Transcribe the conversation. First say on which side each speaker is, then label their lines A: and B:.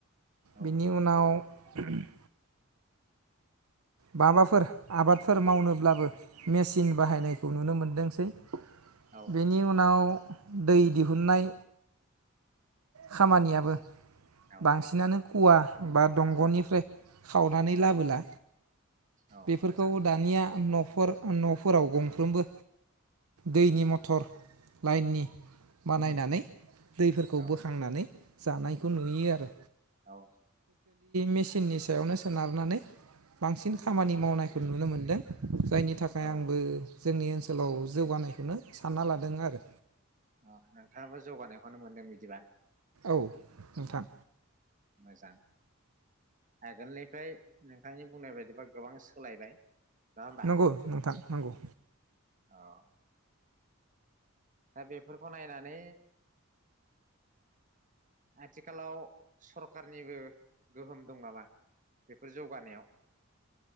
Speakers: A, on the right (about 35°); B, on the right (about 85°).
A: औ
B: बिनि उनाव <unintelligible> माबाफोर आबादफोर मावनोब्लाबो मेचिन बाहायनायखौ नुनो मोनदोंसै
A: औ
B: बेनि उनाव दै दिहुननाय खामानियाबो
A: औ
B: बांसिनानो खुवा बा दंगनिफ्राय खावनानै लाबोला
A: औ
B: बेफोरखौ
A: मोजां
B: दानिया न फोर नफोराव गंफ्रोमबो दैनि मटर लाइननि बानायनानै दैफोरखौ
A: औ
B: बोखांनानै जानायखौ नुयो आरो
A: औ
B: मेसिननि सायावनो सोनारनानै बांसिन खामानि मावनायखौ नुनो मोनदों जायनि थाखाय
A: औ
B: आंबो जोंनि ओनसोलाव जौगानायखौनो सानना लादों आरो
A: अ नोंथाङाबो जौगानायखौनो मोनदों बिदिबा
B: औ नोंथां
A: मोजां आगोलनिफ्राय नोंथांनि बुंनाय बायदिबा गोबां सोलायबाय नङा होमबा?
B: नंगौ नोंथां नंगौ
A: औ दा बेफोरखौ नायनानै आथिखालाव सरखारनिबो गोहोम दं नामा बेफोर जौगानायाव